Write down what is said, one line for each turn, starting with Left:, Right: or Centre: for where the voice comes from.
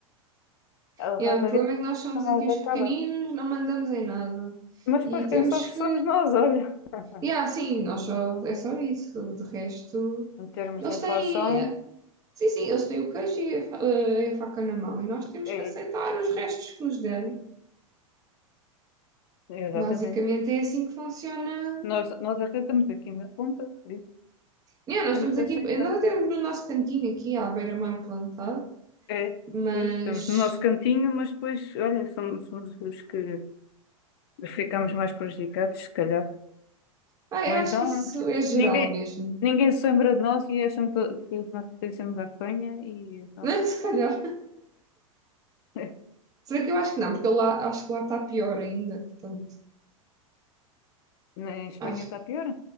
Left: A
Right: É,
Left: Rádio
Right: o problema
Left: Gaga
Right: é que nós somos
Left: nunca
Right: aqui
Left: mais
Right: os
Left: acaba.
Right: pequeninos, não mandamos em nada.
Left: Mas
Right: E
Left: depois
Right: temos
Left: quem sofre
Right: que.
Left: somos nós, olha. <laughs>
Right: E ah sim, nós só... é só isso. De resto,
Left: Em termos
Right: eles
Left: de inflação,
Right: têm. Sim, sim, eles têm o queijo e a, fa- eh, a faca na mão. E nós temos
Left: é,
Right: que aceitar os restos que nos derem.
Left: exatamente.
Right: Basicamente é assim que funciona.
Left: Nós, nós até estamos aqui na ponta, por isso
Right: Yeah, nós
Left: temos
Right: estamos
Left: que
Right: aqui.
Left: aceitar.
Right: Nós até temos no nosso cantinho aqui, à beira-mar plantado.
Left: É,
Right: Mas.
Left: pois, estamos no nosso cantinho, mas depois, olha, somos, somos os que ficamos mais prejudicados, se calhar.
Right: ah,
Left: Ou
Right: eu
Left: então
Right: acho que isso é geral
Left: ninguém,
Right: mesmo.
Left: ninguém se lembra de nós e acham que, que nós pertencemos à Espanha e pronto.
Right: <laughs> Se calhar.
Left: <laughs>
Right: Será que eu acho que não? Porque lá, acho que lá está pior ainda. Portanto.
Left: Na Espanha
Right: Acho
Left: está pior.